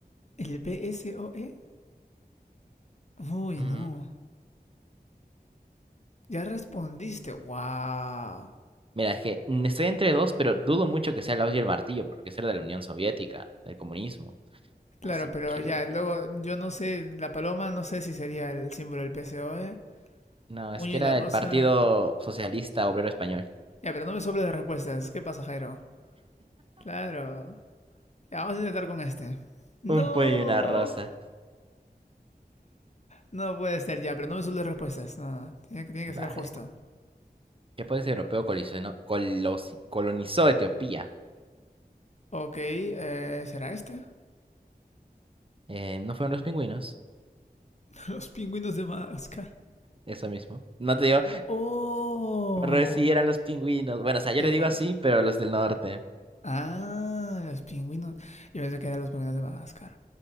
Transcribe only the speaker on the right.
Mm,
Mira, es que mm, estoy entre dos, pero dudo mucho que sea el auge y el martillo, porque eso era de la Unión Soviética, del comunismo.
Así
que...
No, es
que
era
el Partido Socialista Obrero Español.
Un puño y una rosa.
Vale.
¿Qué país europeo colisionó- colosi colonizó Etiopía?
Eh, ¿no fueron los pingüinos?
Eso mismo. No te digo,
pero sí eran los pingüinos. Bueno, o sea, yo
le digo así, pero los del norte.